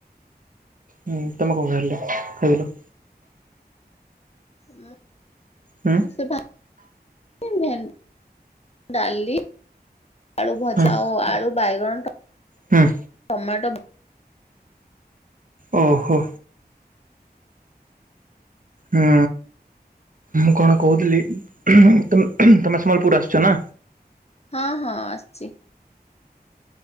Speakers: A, on the right; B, on the left.
A: ହୁଁ ତମେ କଁ ଖାଇଥିଲ ଖାଇଥିଲ?
B: ମୁଁ
A: ହୁଁ
B: ଉଁ ସେ ଭା <unintelligible> ଡାଲି ଆଳୁଭଜା
A: ହଁ
B: ଆଉ ଆଳୁ ବାଇଗଣ ଟ
A: ହୁଁ
B: ଟମାଟୋ
A: ଓହୋ। ହୁଁ ମୁଁ କଣ କହୁଥିଲି ଉ ତମେ ତମେ ସମଲପୁର୍ ଆସିଛ ନା।
B: ହଁ ହଁ ଆସିଚି।